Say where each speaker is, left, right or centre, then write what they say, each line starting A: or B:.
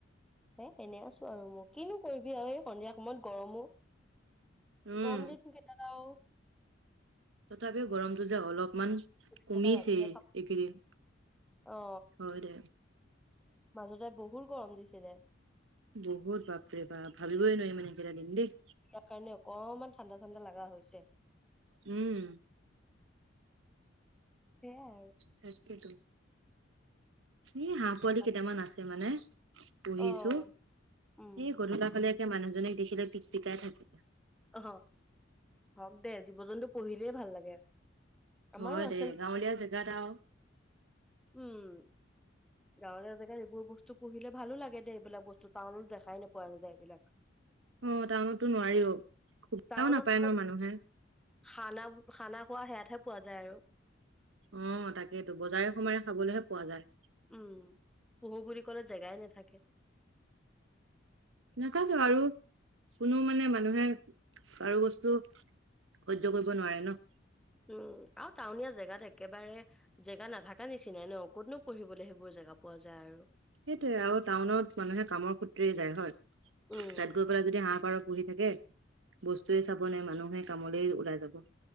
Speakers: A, in the centre; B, on the right.
A: এ এনে আছোঁ আৰু মই ল, কিনো কৰিবি আৰু এই সন্ধিয়া সময়ত গৰমো।
B: উম,
A: গম দিন কেইটাত আও।
B: তথাপিও গৰমটো যে অলপমান
A: খালো একেবাৰে
B: কমিছে
A: ৰাতিহে
B: এইকেইদিন।
A: খাব অ,
B: হয় দে
A: মাজতে বহুত গৰম দিছিলে।
B: বহুত বাপৰে বা! ভাবিবই নোৱাৰি মানে সেইকেইটা দিন দেই।
A: তাৰ কাৰণে অকনমান ঠাণ্ডা- ঠাণ্ডা লগা হৈছে।
B: উম।
A: সেইয়াই আৰু।
B: তাকেটো, এ হাঁহ পোৱালি
A: আৰু।
B: কেইটামান আছে মানে। পুহিছো,
A: অ', উম,
B: এ গধলা ফালে একে মানুহজনীক দেখিলে টিক- টিকাই থাকে।
A: অ, হওক দে, জীৱ- জন্তু পুহিলেই ভাল লাগে। আমাৰো
B: হয়
A: আছে
B: দে,
A: ন
B: গাঁৱলীয়া জেগাত আৰু।
A: উম। গাঁৱলীয়া জেগাত এইবোৰ বস্তু পুহিলে ভালো লাগে দে। এইবিলাক বস্তু টাউনত দেখাই পোৱা নাযায় এই বিলাক। <inaudible>
B: অ, টাউনতো নোৱাৰিও, সুবিধাও
A: টাউনত
B: নাপায় ন মানুহে।
A: খানা- খানা খোৱা হেয়াত হে পোৱা যায় আৰু।
B: অ, তাকেইেতো বজাৰে- সমাৰে খাবলৈহে পোৱা যায়।
A: উম, পুহু বুলি কলে জেগাই নাথাকে।
B: নাথাকে আৰু। কোনো মানে মানুহে কাৰো বস্তু সহ্য কৰিব নোৱাৰে ন।
A: উম, আৰু টাউনীয়া জেগাত একেবাৰে জেগা নাথাকা নিচিনাই ন, ক'তনো পুহিবলৈ সেইবোৰ জেগা পোৱা যায় আৰু।
B: সেইটোয়ে আৰু টাউনত মানুহে কামৰ সূত্ৰেই যায় হয়।
A: উম
B: তাত গৈ যদি হাঁহ পাৰ পুহি থাকে, বস্তুয়ে চাব নে, মানুহে কামলেই ওলাই যাব।